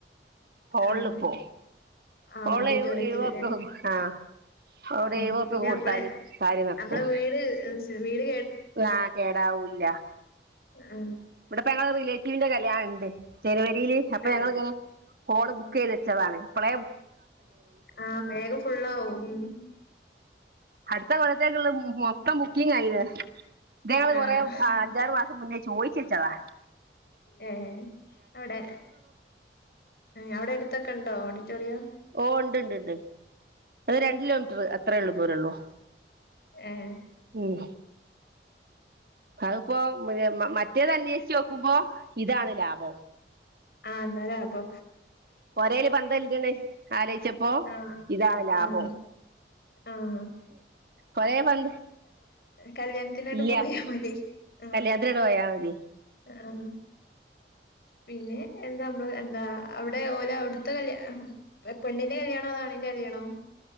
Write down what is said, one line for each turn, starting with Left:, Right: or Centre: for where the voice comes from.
Right: ഹോളിൽ
Left: ആഹ്
Right: പോ
Left: ആഹ്
Right: ഹോള്ഴ
Left: ഓഡിറ്റോറിയത്തില്
Right: എഴവപ്പ
Left: ല്ലേ
Right: ആ അവിടെ
Left: ഉം
Right: എഴവപ്പക്ക
Left: പിന്നെ
Right: കൊടുത്താല്
Left: നമ്മളെ
Right: സാരി നിറക്കും
Left: നമ്മളെ വീട് വീട്
Right: ആ കേടാവും ല്ല
Left: ആ
Right: ഇവിടെപ്പ ഞങ്ങ റിലേറ്റീവിന്റെ കല്യാണ ഉണ്ട് ച അപ്പൊ
Left: ഏഹ്
Right: ഞങ്ങൾ ഇങ്ങനെ ഹോള് ബുക്ക് ചെയ്ത് വെച്ചതാണ് ഇപ്പോളെ
Left: ആഹ വേഗം ഫുള്ള ആവും ഉ
Right: അടുത്ത കൊലത്തേക്കുള്ള മൊത്തം ബുക്കിങ് ആയിത് ങ്ങള് കുറേ
Left: ആഹ്
Right: അഞ്ചാറ് മാസം മുന്നേ യച്ച <unintelligible> ചവാ
Left: ഏ അവിടെ അവിടെ അടുത്തൊക്കെ ഉണ്ടോ ഓടി റ്ററയോ
Right: ഓ ഉണ്ട്ണ്ട്ണ്ട് അത് രണ്ട് കിലോമീറ്റർ അത്രേ ഉള്ളൂ വരള്ളോ
Left: ഏ
Right: മ് അതിപ്പോ മറ്റേ തന്നെ ക്കുമ്പോ ഇതാണ് ലാഭം
Left: ആഹ അതരാ അബോ
Right: ഒരേല് പന്തല്ലണ് ആലോചിച്ചപ്പോ
Left: ആഹ്
Right: ഇതാ ലാഭം
Left: ആഹ് ആഹ്
Right: കൊറേ പന്ത്
Left: കല്യാണത്തിനായിട്ട്
Right: ഇല്ല
Left: പോയാൽ മതി ആ
Right: കല്യാണത്തിനങ്ങട് പോയാ മതി
Left: ആ പിന്നെ എന്താ നമ്മള് എന്താ അവിടെ ഓലെ അവിടുത്തെ കല് പെണ്ണിന്റെ കല്യാണോ അതാണിന്റെ കല്യാണോ